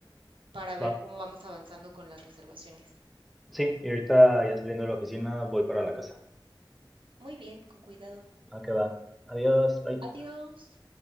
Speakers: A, on the right; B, in the centre.
A: para ver
B: Va.
A: cómo vamos avanzando con las reservaciones.
B: Sí, y ahorita ya saliendo de la oficina voy para la casa.
A: Muy bien, con cuidado.
B: Ah, que va. Adiós. Bye.
A: Adiós.